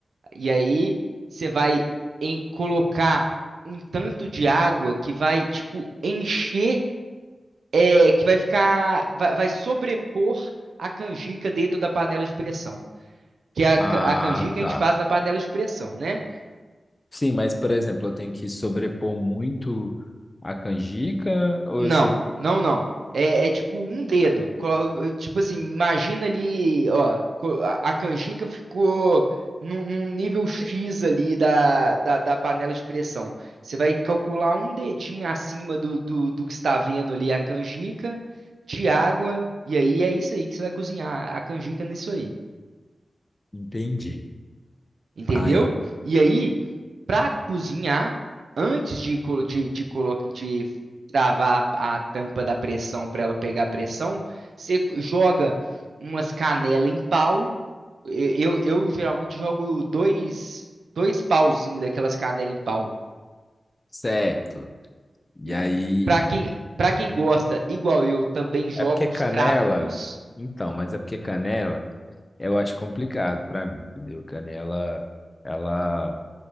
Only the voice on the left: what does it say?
Ah,
tá.
Sim, mas por exemplo, eu tenho que sobrepor muito a canjica ou
eu sou...
Entendi.
Aí,
certo. E
aí,
é porque
canela?
Então, mas é porque canela Eu acho complicado pra mim, entendeu? Canela, ela,